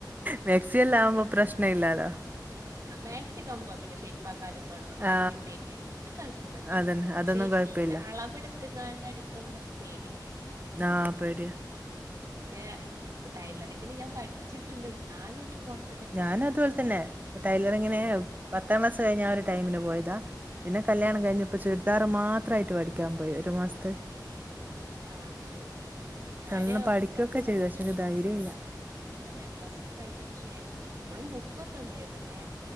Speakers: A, on the right; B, on the right.
A: മേക്സി എല്ലൊം ആവുമ്പോ പ്രശ്ന ഇല്ലാലോ
B: ആ മാക്സിക്കോ ആവുമ്പോ കുഴപ്പില്ല ഷേപ്പ് ആക്കാനും
A: ആ,
B: അടി വെട്ടിയടിക്കാനും അതൊക്കെ പറ്റും
A: അതന്നെ.
B: പക്ഷെ
A: അതൊന്നും
B: ഈ
A: കുഴപ്പമില്ല.
B: ശീല അളവെടുത്തങ്ങാണ്ട് അടിക്കുന്നതൊക്കെ പേടിയാണ്
A: ആ പേടിയാ
B: പക്ഷേ ടൈലറിങ്ങിന് ഞാൻ പഠിച്ചിട്ടുണ്ട് ന്നാലും ഇനിക്ക് പോണം
A: ഞാനും അതുപോലെ തന്നെ ടൈലറിങ്ങിന് പത്താം ക്ലാസ് കഴിഞ്ഞ ആ ഒരു ടൈമിൽ പോയതാ പിന്നെ കല്യാണം
B: ഉം
A: കഴിഞ്ഞപ്പോൾ ചുരിദാർ മാത്രായിട്ട് പഠിക്കാൻ പോയി ഒരു മാസത്തെ
B: ആ ശരി ഞാന്
A: നല്ലോം പഠിക്കുകയൊക്കെ
B: പ്ലസ്
A: ചെയ്തു പക്ഷെ
B: ടു
A: എനിക്ക് ധൈര്യം ഇല്ല
B: അതെ പ്ലസ് ടു കഴിഞ്ഞന് ശേഷം ഇപ്പോളും ബുക്കൊക്കെ ഇണ്ട് മറ്റേ